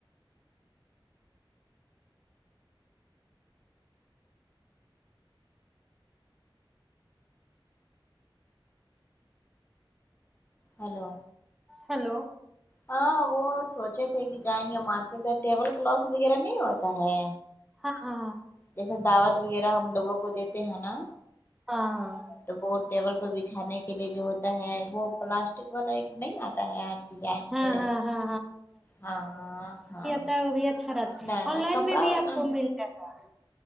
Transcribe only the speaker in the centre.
ہلو
ہاں ہا
ہاں
ہاں
ہاں ہاں
تو وہ بھی اچھا رہتا
آن لائن
میں بھی
آپ کو مل جائے گا